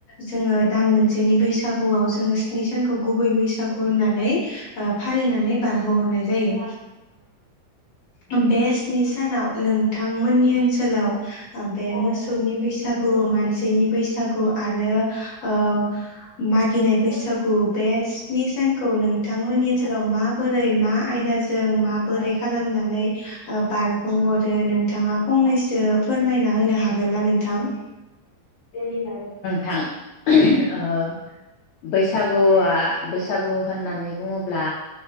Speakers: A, on the left; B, on the left.
A: जोङो दान मोनसेनि बैसागुआव जोङो स्नि सानखौ गुबै बैसागु होननानै ओ फालिनानै बारहोहरनाय जायो। ओ बे स्नि सानाव नोंथांमोननि ओनसोलाव बे मोसौनि बैसागु मानसिनि बैसागु आरो ओ मागि गिनाय बैसागु बे स्नि सानखौ नोंथांमोननि ओनसोलाव माबोरै मा आयदाजों माबोरै खालामनानै बारहोहरो नोंथाङा फंनैसो फोरमायना होनो हागोन ना नोंथां थां दैनि ला
B: थां ओ बैसागुआ बैसागु होननानै बुङोब्ला